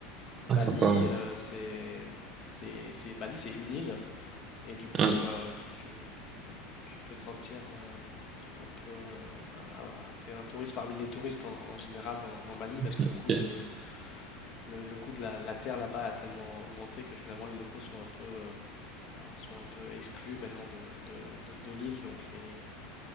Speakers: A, on the left; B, on the right.
A: Bali,
B: Ah, sympa. ouais.
A: euh, c'est, c'est, c'est- Bali, c'est une île et du coup,
B: Ouais,
A: euh, tu, tu peux te sentir euh, un peu, euh, un- un- t'es un touriste parmi les touristes en, en général dans, dans Bali parce que
B: ok.
A: le coût de, le, le coût de la, la terre là-bas a tellement augmenté que finalement les locaux sont un peu, euh, sont un peu exclus maintenant de, de, de, de l'île, donc les